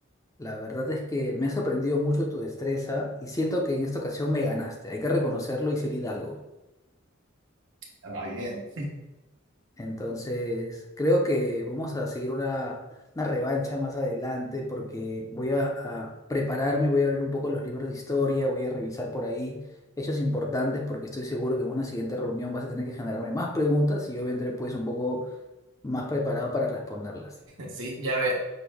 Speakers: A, on the left; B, on the right.
A: La verdad es que me ha sorprendido mucho tu destreza y siento que en esta ocasión me ganaste. Hay que reconocerlo y ser hidalgo.
B: <laughs> Ah, bien.
A: Entonces, creo que vamos a seguir una, una revancha más adelante porque voy a, a prepararme, voy a abrir un poco los libros de historia, voy a revisar por ahí hechos importantes porque estoy seguro que en una siguiente reunión vas a tener que generarme más preguntas y yo vendré pues un poco más preparado para responderlas.
B: sí, ya ve.